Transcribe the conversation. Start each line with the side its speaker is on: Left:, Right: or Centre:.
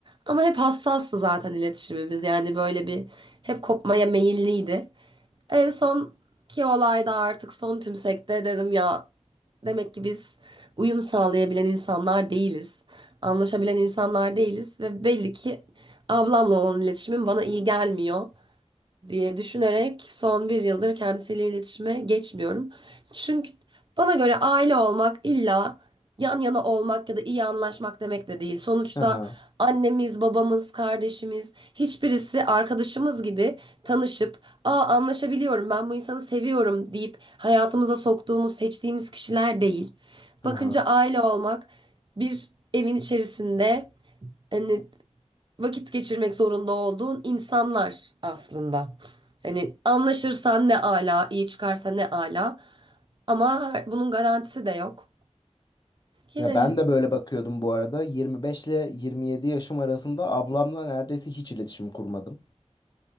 Right: ama hep hassastı zaten iletişimimiz yani böyle bir hep kopmaya meyilliydi. En son ki olayda artık son tümsekte dedim ya Demek ki biz uyum sağlayabilen insanlar değiliz. Anlaşabilen insanlar değiliz ve belli ki ablamla olan iletişimim bana iyi gelmiyor diye düşünerek son bir yıldır kendisiyle iletişime geçmiyorum. Çünkü bana göre aile olmak illa yan yana olmak ya da iyi anlaşmak demek de değil. Sonuçta
Left: Aha,
Right: annemiz, babamız, kardeşimiz, hiçbirisi arkadaşımız gibi tanışıp, "Aa anlaşabiliyorum, ben bu insanı seviyorum." deyip hayatımıza soktuğumuz, seçtiğimiz kişiler değil.
Left: aha.
Right: Bakınca aile olmak bir evin içerisinde hani vakit geçirmek zorunda olduğun insanlar aslında. Hani anlaşırsan ne ala, iyi çıkarsa ne ala. Ama her- bunun garantisi de yok. Yine
Left: Ya ben de böyle bakıyordum bu arada. 25 ile 27 yaşım arasında ablamla neredeyse hiç iletişim kurmadım.